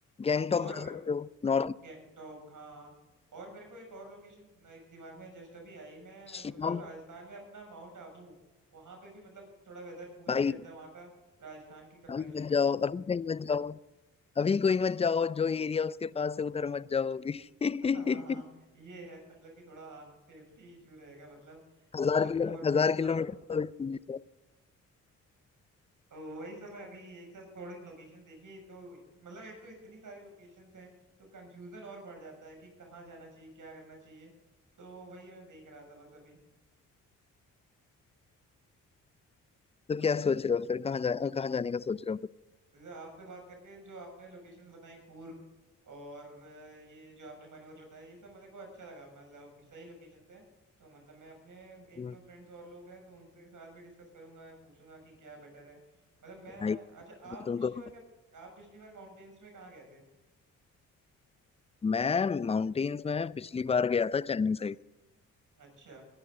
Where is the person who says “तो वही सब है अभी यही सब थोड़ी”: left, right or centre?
Right